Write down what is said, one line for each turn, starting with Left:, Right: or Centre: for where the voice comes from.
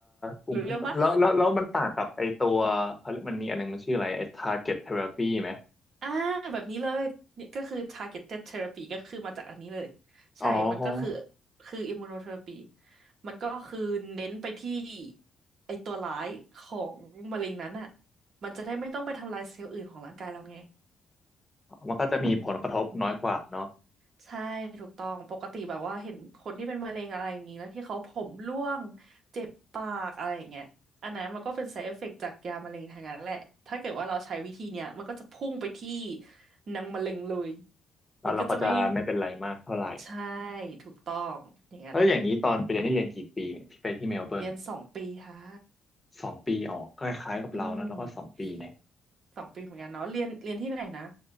Left: ภูมิคุ้มกันแล้วแล้วแล้วมันต่างกับไอตัวเขาเรียกมันมีอันหนึงมันชื่ออะไรไอ
Right: รู้เรื่องปะ
Left: target therapy ไหม
Right: อ่าแบบนี้เลยนี่ก็คือ targeted therapy ก็คือมาจากอันนี้เลยใช่มันก็คือ
Left: อ๋อก็
Right: คือ immunotherapy มันก็คือเน้นไปที่ไอตัวร้ายของมะเร็งนั้นอ่ะมันจะได้ไม่ต้องไปทำลายเซลล์อื่นของร่างกายเราไง
Left: มันก็จะมีผลกระทบน้อยกว่าเนาะ
Right: อืมใช่ถูกต้องปกติแบบว่าเห็นคนที่เป็นมะเร็งอะไรอย่างนี้แล้วที่เขาผมร่วงเจ็บปากอะไรอย่างเงี้ยอันนั้นมันก็เป็น side effect จากยามะเร็งทางนั้นแหละถ้าเกิดว่าเราใช้วิธีเนี้ยมันก็จะพุ่งไปที่นางมะเร็งเลย
Left: แล้วเราก็จะไม่เป็นไรมากเท่าไหร่
Right: มันก็จะไม่ใช่ถูกต้องอย่างนั้นแหละ
Left: แล้วอย่างนี้ตอนไปเรียนนี่เรียนกี่ปีเนี่ยที่ไปที่เมลเบิร์น
Right: เรียนสองปีค่ะ
Left: สองปีอ๋อคล้ายๆกับเรานะแล้วก็สองปีเนี่ย
Right: อืมสองปีเหมือนกันเนาะเรียนเรียนที่ไหนนะ